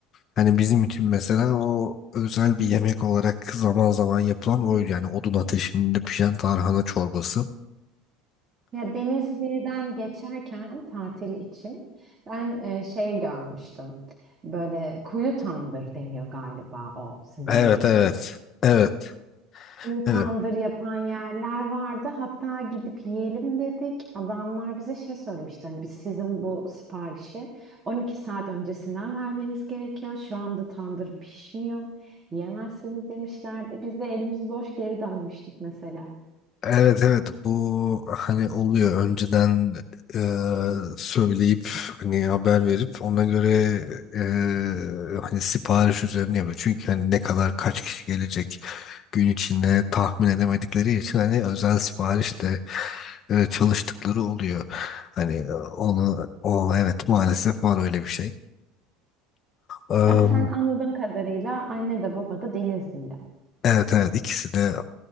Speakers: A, on the left (about 35°); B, on the right (about 25°).
A: Hani bizim için mesela o özel bir yemek olarak zaman zaman yapılan oydu. Yani odun ateşinde pişen tarhana çorbası.
B: Ya Denizli'den geçerken tatil için ben e, şey görmüştüm. Böyle kuyu tandır deniyor galiba o sizin
A: Evet
B: yemeğe.
A: evet. Evet
B: Ünlü tandır
A: evet.
B: yapan yerler vardı. Hatta gidip yiyelim dedik. Adamlar bize şey söylemişti. Hani biz sizin bu siparişi 12 saat öncesinden vermeniz gerekiyor. Şu anda tandır pişmiyor. Yiyemezsiniz demişlerdi. Biz de elimiz boş geri dönmüştük mesela.
A: Evet evet bu hani oluyor önceden e, söyleyip hani haber verip ona göre e, hani sipariş üzerine yapıyor. Çünkü hani ne kadar kaç kişi gelecek gün içinde tahmin edemedikleri için hani özel sipariş de. e, çalıştıkları oluyor. Hani e, onu o evet maalesef var öyle bir şey. Am,
B: Yani sen anladığım kadarıyla anne de baba da Denizlili.
A: evet evet ikisi de